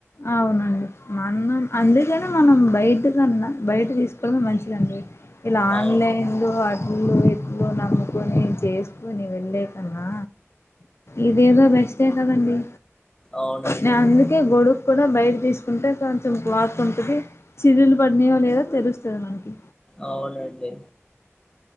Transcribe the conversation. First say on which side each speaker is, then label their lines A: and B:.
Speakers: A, on the left; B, on the left.
A: అవునండి మనం అందుకని మనం బయట కన్నా బయట తీసుకోవడమే మంచిదండి ఇలా ఆన్లైన్లు
B: అవునండి
A: అడ్లు లు నమ్ముకొని చేసుకొని వెళ్ళే కన్నా ఇదేదో బెస్టే కదండి
B: అవునండి
A: నేను అందుకే గొడుక్ కూడా బయట తీసుకుంటే కొంచెం క్లాత్ ఉంటుంది చిదులు పటినాయో లేదో తెలుస్తుంది మనకి
B: అవునండి